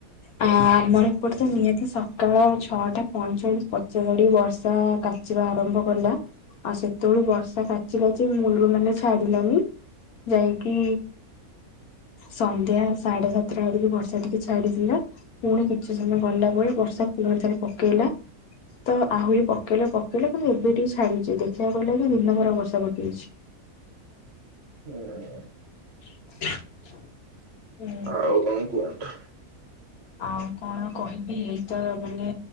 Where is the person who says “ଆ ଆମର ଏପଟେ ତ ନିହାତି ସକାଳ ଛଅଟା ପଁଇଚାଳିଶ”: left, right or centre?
Left